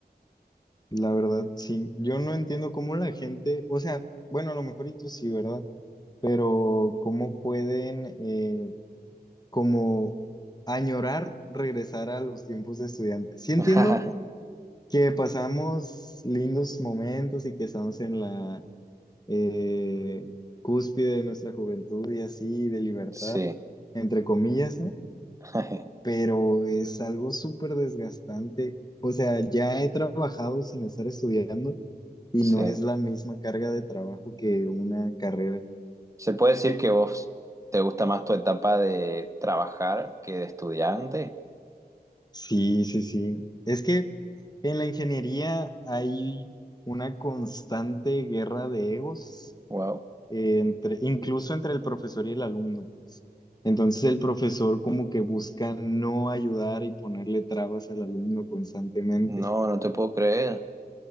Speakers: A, on the left; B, on the right.
A: la verdad, sí. Yo no entiendo cómo la gente, o sea, bueno, a lo mejor y tú sí, ¿verdad? Pero cómo pueden... eh, como añorar regresar a los tiempos de estudiante. Sí entiendo
B: <laughs>
A: que pasamos lindos momentos y que estamos en la eh, cúspide de nuestra juventud y así, de libertad,
B: Sí,
A: entre comillas, ¿no?
B: <laughs>
A: Pero es algo súper desgastante. O sea, ya he trabajado sin estar estudiando y
B: sí.
A: no es la misma carga de trabajo que una carrera.
B: ¿Se puede decir que vos te gusta más tu etapa de trabajar que de estudiante?
A: Sí, sí, sí. Es que en la ingeniería hay una constante guerra de egos,
B: Wow.
A: eh, entre, incluso entre el profesor y el alumno, pues. Entonces el profesor como que busca no ayudar y ponerle trabas al alumno constantemente.
B: No, no te puedo creer.